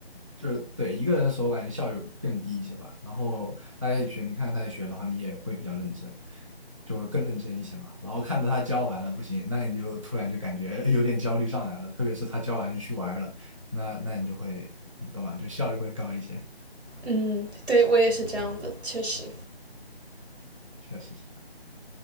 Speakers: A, on the right (about 30°); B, on the right (about 85°).
A: 就是对一个人的时候，我感觉效率更低一些吧。然后大家一起学，你看他在学，然后你也会比较认真，就会更认真一些嘛。然后看到他教完了不行，那你就突然就感觉有点焦虑上来了，特别是他教完就去玩儿了，那那你就会，你懂吧？就效率会高一些，
B: 嗯，对我也是这样的，确实。
A: 确实是这样。